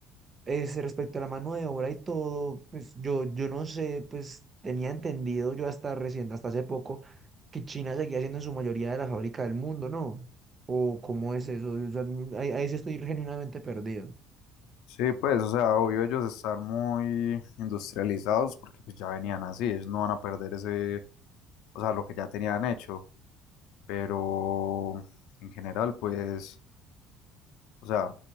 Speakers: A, on the right; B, on the left.
A: Es respecto a la mano de obra y todo, pues yo, yo no sé, pues tenía entendido yo hasta recién, hasta hace poco, que China seguía siendo en su mayoría de la fábrica del mundo, ¿no? ¿O cómo es eso? O sea, no- ahí, ahí sí estoy genuinamente perdido.
B: Sí, pues, o sea, obvio ellos están muy industrializados porque pues ya venían así, ellos no van a perder ese, o sea, lo que ya tenían hecho, pero en general, pues, o sea,